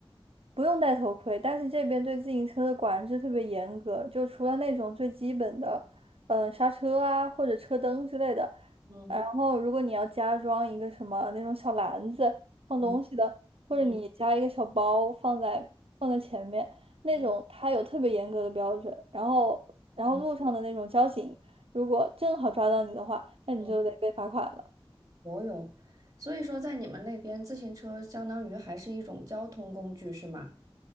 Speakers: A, on the right; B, on the right.
A: 不用戴头盔，但是这边对自行车的管制特别严格，就除了那种最基本的，嗯、刹车啊或者车灯之类的，
B: 嗯
A: 然后如果你要加装一个什么那种小篮子放东西的，
B: 嗯
A: 或者你加一个小包放在放在前面那种，
B: 嗯嗯
A: 它有特别严格的标准。然后然后路上的那种交警，
B: 嗯
A: 如果正好抓到你的话，那你就得被罚款了。
B: 嗯，我有。所以说，在你们那边，自行车相当于还是一种交通工具，是吗？